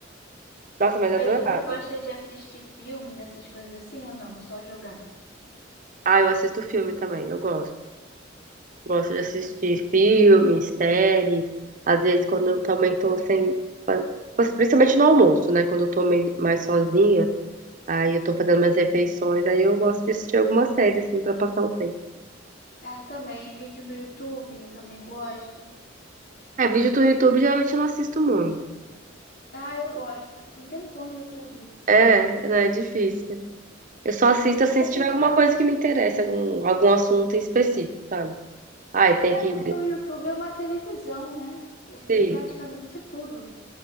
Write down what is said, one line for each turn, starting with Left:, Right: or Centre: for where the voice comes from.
Right: Nossa, mas eu
Left: Mas
Right: adorava.
Left: você gosta de assistir filmes, essas coisas assim ou não? Só jogar?
Right: Ah, eu assisto filme também, eu gosto. Gosto de assistir filme, série. Às vezes quando eu também tô sem. Principalmente no almoço, né? Quando eu tô meio- mais sozinha. Aí eu tô fazendo minhas refeições, aí eu gosto de assistir alguma série, assim, pra passar o tempo.
Left: Ah, eu também, vídeo no YouTube, eu também gosto.
Right: É, vídeo do YouTube geralmente eu não assisto muito.
Left: Ah, eu gosto, eu fico um tempão no YouTube.
Right: É, não é difícil. Eu só assisto, assim,
Left: É,
Right: se
Left: por-
Right: tiver alguma coisa que me interessa, algum, algum assunto em específico, sabe? Ai, tem
Left: é
Right: que...
Left: porque o YouTube é uma televisão, né? Ele tem
Right: Sim,
Left: praticamente tudo.